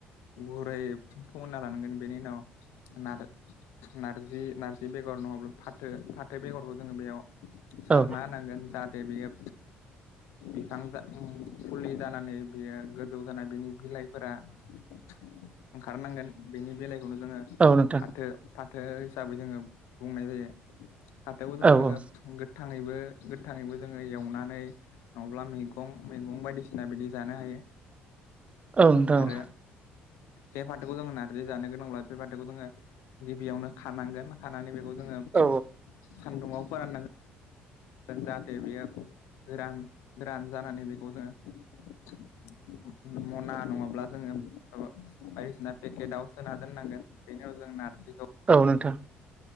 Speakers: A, on the left; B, on the right.
A: गुरै फोमोनना लानांगोन बेनि उनाव नार नारजि नारजि बेगर नङाब्ला फाथो फाथो बेगरखौ जोङो बेयाव सारना
B: औ
A: होनांगोन जा बियो बिफां फुलि जानानै बियो गोजौ जानानै बिनि बिलाइफोरा ओंखारनांगोन बेनि बिलाइखौनो जोङो
B: औ नोंथां
A: फाथो फाथो हिसाबै जोङो बुंनाय जायो फाथोआव जोङो
B: औ औ
A: गो गोथाङैबो गोथाङैबो जोङो एवनानै नङाब्ला मैगं मैगं बायदिसिना बिदि जानो हायो
B: औ नोंथां
A: आरो जे फाथोखौ जोंङो नारजि जानो गोनांब्ला बे फाथोखौ जोङो गिबियावनो खानांगोन खानानै बेखौ जोङो
B: औ
A: सान्दुङआव फोराननांगोन जाहाथे बेयो गोरान गोरान जानानै बेखौ जों <inaudible> मना नङाब्ला जोङो बायदिसिना पेकेटाव सोना दोननांगोन बेनि उन जों नारजि
B: औ नोंथां